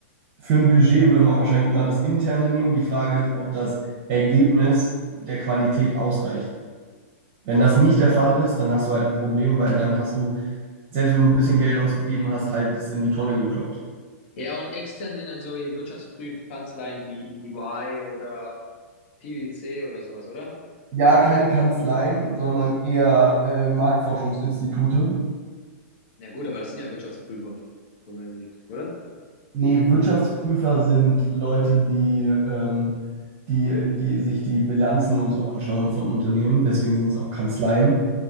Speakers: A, on the right (about 45°); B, on the left (about 55°).
A: für ein Budget würde man wahrscheinlich immer das Interne nehmen. Die Frage ist, ob das Ergebnis der Qualität ausreicht. Wenn das nicht der Fall ist, dann hast du halt ein Problem, weil dann hast du, selbst wenn du ein bisschen
B: Ja.
A: Geld ausgegeben hast, halt das in die Tonne gekloppt.
B: Ja, und extern sind dann so wie Wirtschaftsprüfkanzleien wie EY oder PwC oder sowas, oder?
A: Ja, keine Kanzleien, sondern eher äh, Marktforschungsinstitute.
B: Ja gut, aber das sind ja Wirtschaftsprüfer, so weiß ich, oder?
A: Nee, Wirtschaftsprüfer sind Leute, die, ähm, die, die sich die Bilanzen und so anschauen von Unternehmen. Deswegen sind es auch Kanzleien.